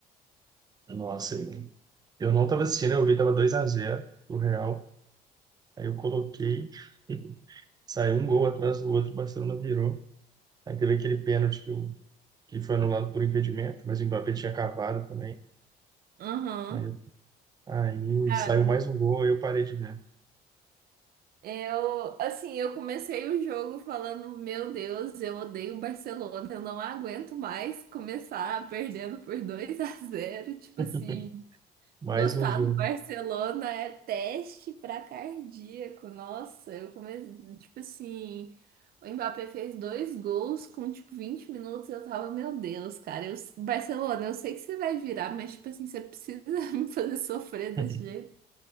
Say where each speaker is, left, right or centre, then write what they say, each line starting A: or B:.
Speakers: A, on the right; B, on the right.
A: Nossa, aí. eu não estava assistindo, eu vi, tava dois a zero o Real. Aí eu coloquei, <laughs> saiu um gol atrás do outro, o Barcelona virou. Aí teve aquele pênalti que, o- que foi anulado por impedimento, mas o Mbappé tinha cavado também.
B: Aham.
A: Aí, eu- aí
B: Cara,
A: saiu mais um gol, aí eu parei de ver.
B: eu, assim, eu comecei o jogo falando, meu Deus, eu odeio o Barcelona, eu não aguento mais começar perdendo por 2 a zero, tipo
A: <laughs>
B: assim,
A: Mais
B: Gostar
A: um jogo.
B: do Barcelona é teste pra cardíaco. Nossa, eu comecei, tipo assim, o Mbappé fez dois gols com tipo 20 minutos, eu tava, meu Deus, cara, eu, Barcelona, eu sei que você vai virar, mas tipo assim, você precisa <laughs> me fazer sofrer
A: <laughs>
B: desse jeito.